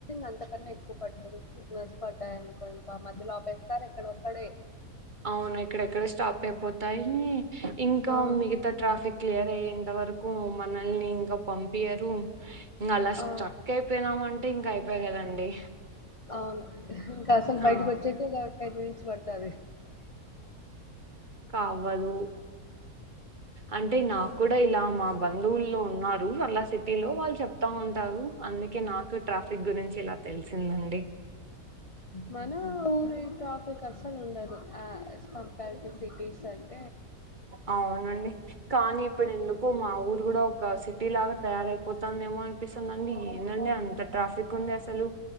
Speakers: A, on the left; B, on the right.
A: అంతక ఎకు ప చిచ్చ పడ్డాయిని కొంచ మధ్యలోపేస్తారు ఎక్కడ ఒక్కడే
B: అవునా ఇక్కడెక్కడ స్టాప్ అయిపోతాయి ఇంకా
A: ఆ
B: మిగతా ట్రాఫిక్ క్లియర్ అయ్యంది ఇంత వరకు మనల్ని ఇంకా పంపియారు ఇంకా అలా స్టక్
A: ఆ
B: అయిపోయినామ అంటే ఇంకా అయిపో కదండి
A: అవును ఇంకా అసలు బయటకి
B: ఆ
A: వచ్చేట్టు టెన్మినిట్స్ పడుతుది
B: కావదు అంటే నాకు కూడా ఇలా మా బంధువుల్లో ఉన్నారు అలా సిటీ లో వాళ్ళు చెప్తా ఉంటారు అందుకే నాకు ట్రాఫిక్ గురించి ఇలా తెలిసిందండి
A: మన ఊరే ట్రాఫిక్ అస్సలు ఉండదు కంపేర్డ్ టు సిటీస్ అండ్
B: అవునండి కానీ ఇప్పుడు
A: ఉమ్.
B: ఎందుకు మా ఊరు కూడా ఒక సి టి లాగా తయారైపోతుందేమో అనిపిస్తుందండి ఏందండి అంత ట్రాఫిక్ ఉంది అసలు